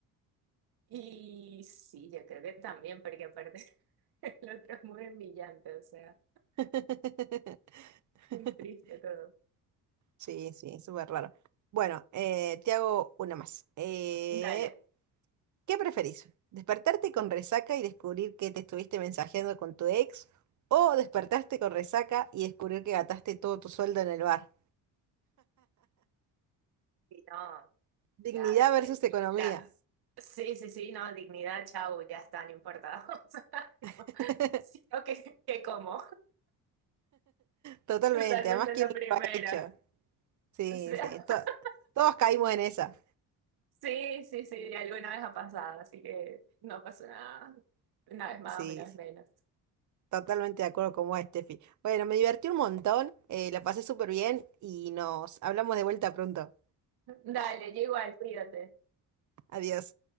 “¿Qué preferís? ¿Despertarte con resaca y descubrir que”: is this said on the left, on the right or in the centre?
Right